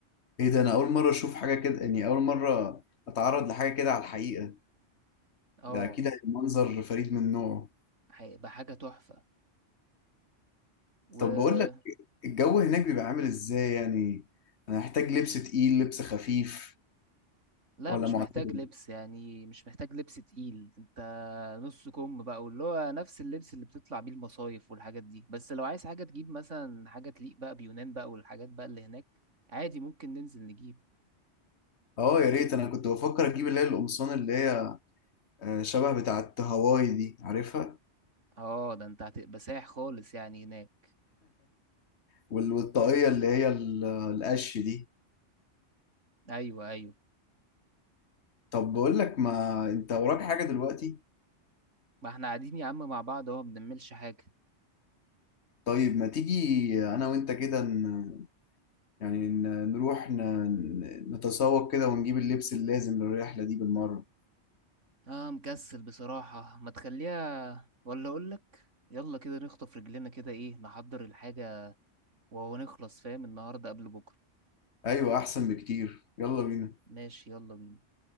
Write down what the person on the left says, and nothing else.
إيه ده أنا أول مرة أشوف حاجة كده يعني أول مرة أتعرض لحاجة كده على الحقيقة
ده أكيد هيبقى منظر فريد من نوعه
طب بقول لك الجو هناك بيبقى عامل إزاي يعني أنا هحتاج لبس تقيل لبس خفيف
ولا
معتدل
اه يا ريت انا كنت بفكر اجيب اللي هي القمصان اللي هي آه، شبه بتاعه هواي دي عارفها
وال- والطاقيه اللي هي ال- القش دي
طب بقول لك ما انت وراك حاجه دلوقتي
طيب ما تيجي انا وانت كده ن... يعني ن- نروح ن... نتسوق كده ونجيب اللبس اللازم للرحلة دي بالمرة
ايوه احسن بكتير يلا بينا